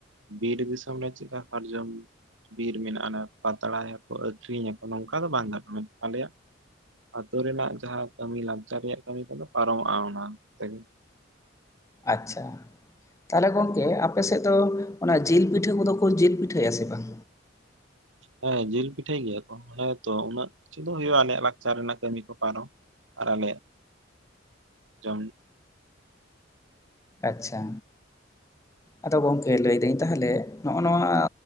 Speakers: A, on the right; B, on the left.
A: ᱵᱤᱨ ᱫᱤᱥᱚᱢ ᱨᱮ ᱪᱮᱜᱠᱟ ᱥᱟᱨᱡᱚᱢ ᱵᱤᱨ ᱢᱮᱱᱟᱜᱼᱟ, ᱮ ᱯᱟᱛᱲᱟ ᱭᱟᱠᱚ, ᱟᱠᱷᱨᱤᱧᱟᱠᱚ, ᱱᱚᱝᱠᱟ ᱫᱚ ᱵᱟᱝ ᱜᱟᱱᱚᱜᱼᱟ᱾ ᱟᱞᱮᱭᱟᱜ ᱟᱹᱛᱳ ᱨᱮᱱᱟᱜ ᱡᱟᱸᱦᱟ ᱠᱟᱹᱢᱤ ᱞᱟᱠᱪᱟᱨ ᱨᱮᱭᱟᱜ ᱠᱟᱹᱢᱤ ᱠᱚᱫᱚ ᱯᱟᱨᱚᱢᱚᱜᱼᱟ ᱚᱱᱟ ᱛᱮᱜᱮ᱾
B: ᱟᱪᱪᱷᱟ ᱛᱟᱦᱞᱮ ᱜᱚᱝᱠᱮ ᱟᱯᱮ ᱥᱮᱜ ᱫᱚ ᱚᱱᱟ ᱡᱤᱞ ᱯᱤᱴᱷᱟᱹ ᱠᱚᱫᱚ ᱠᱚ ᱡᱤᱞ ᱯᱤᱴᱷᱟᱹᱭᱟ ᱥᱮ ᱵᱟᱝ?
A: ᱦᱮᱸ ᱡᱤᱞ ᱯᱤᱴᱷᱟᱹᱭ ᱜᱮᱭᱟ ᱠᱚ, ᱦᱮᱸᱛᱚ ᱩᱱᱟᱹᱜ ᱠᱤᱪᱷᱩ ᱫᱚ ᱦᱩᱭᱩᱜᱼᱟ ᱟᱞᱮᱭᱟᱜ ᱞᱟᱠᱪᱟᱨ ᱨᱮᱱᱟᱜ ᱠᱟᱹᱢᱤ ᱠᱚ ᱯᱟᱨᱚᱢ᱾ ᱟᱨ ᱟᱞᱮ ᱡᱮᱢ
B: ᱟᱪᱪᱷᱟ ᱟᱫᱚ ᱜᱚᱢᱠᱮ ᱞᱟᱹᱭᱫᱟᱹᱧ ᱛᱟᱦᱚᱞᱮ ᱱᱚᱜ-ᱚ ᱱᱚᱣᱟ